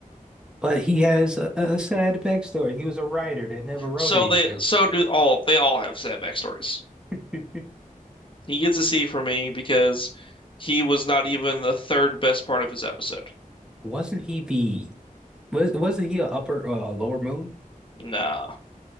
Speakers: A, in the centre; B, on the left.
A: But he has a, a sad backstory. He was a writer that never wrote
B: So
A: anything.
B: they so do all they all have sad backstories.
A: <laughs>
B: He gets a C from me because he was not even the third best part of his episode.
A: Wasn't he the was wasn't he a upper uh, a lower moon?
B: Nah,